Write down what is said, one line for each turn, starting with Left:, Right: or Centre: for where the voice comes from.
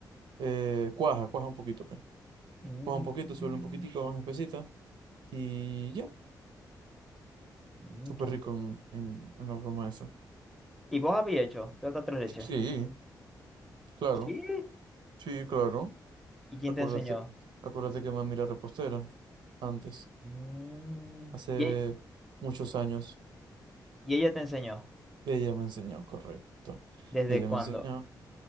Right: eh, cuaja, cuaja un poquito, pues.
Centre: Mm,
Right: Cuaja un poquito, se vuelve un poquitico más espesita y ya,
Centre: mm,
Right: súper
Centre: qué interesante.
Right: rico en, en, en la broma esa.
Centre: ¿Y vos habías hecho torta tres leches?
Right: Sí, claro,
Centre: Sí.
Right: sí, claro.
Centre: ¿Y quién
Right: Acuérdate,
Centre: te enseñó?
Right: acuérdate que mami era repostera antes.
Centre: Mm,
Right: Hace
Centre: ¿Y, e-
Right: muchos años
Centre: y ella te enseñó?
Right: ella me enseñó, correcto.
Centre: ¿Desde
Right: Ella
Centre: cuándo?
Right: me enseñó